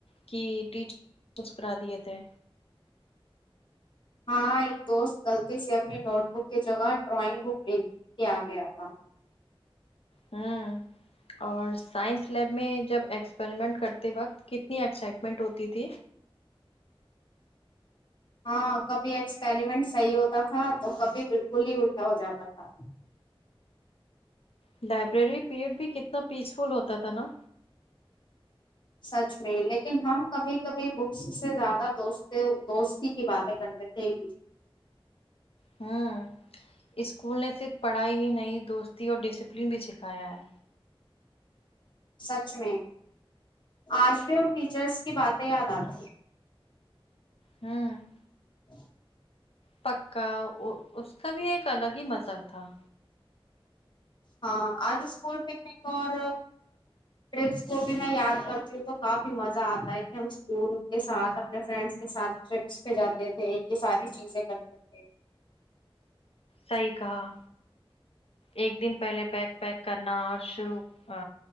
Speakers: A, on the left; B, on the left.
A: کہ ٹیچر مسکرا دیے تھے
B: ہاں ایک دوست غلطی سے اپنی نوٹ بک کی جگہ ڈرائنگ بک لے کے آ گیا تھا
A: ہوں اور سائنس لیب میں جب ایکسپریمنٹ کرتے وقت کتنی ایکسائٹمنٹ ہوتی تھی
B: ہاں کبھی ایکسپریمنٹ صحیح ہوتا تھا تو کبھی بالکل ہی الٹا ہو جاتا تھا
A: لائبریری پیریڈ بھی کتنا پیسفل ہوتا تھا نا
B: سچ میں لیکن ہم کبھی کبھی بکس سے زیادہ دو دوستی کی باتیں کرتے <unintelligible>
A: ہاں اسکول نے صرف پڑھائی ہی نہیں دوستی اور ڈسپلن بھی سکھایا ہے
B: سچ میں آج بھی ان ٹیچرس کی باتیں یاد آتی ہیں
A: ہوں
B: <inaudible>
A: پکا اس اس کا بھی ایک الگ ہی مزہ تھا
B: ہاں آج اسکول پکنک اور ٹرپس کو بھی میں یاد کرتی ہوں تو کافی مزہ آتا ہے کہ ہم اسکول کے ساتھ اپنے فرینڈس کے ساتھ ٹرپس پہ جاتے تھے یہ ساری چیزیں کرتے تھے
A: صحیح کہا ایک دن پہلے بیگ پیک کرنا اور شروع ا